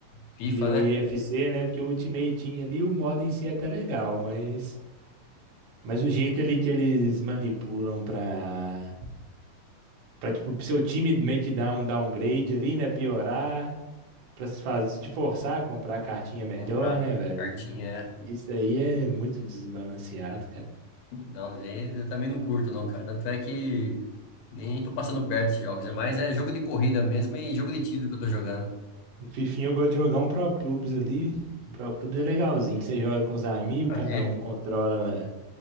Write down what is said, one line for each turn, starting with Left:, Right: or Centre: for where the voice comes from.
Left: FIFA,
Right: que virou
Left: né?
Right: IFC, né? Porque o Ultimate Team ali, o modo em si é até legal, mas, mas o jeito ali que eles manipulam pra, pra tipo, pro seu time meio que dar um downgrade ali, né? Piorar, pra se fazer, se te forçar a comprar a cartinha melhor,
Left: Comprar
Right: né, velho?
Left: cartinha, é.
Right: Isso aí é muito desbalanceado, cara.
Left: não, aí eu também não curto não, cara. Tanto é que nem tô passando perto de jogos, é mais é jogo de corrida mesmo e jogo de tiro que eu tô jogando.
Right: O Fifinha eu gosto de jogar um Pro Clubes ali. Um Pro Clubes é legalzinho, que você joga com os amigos,
Left: Ah,
Right: cada
Left: é?
Right: um controla,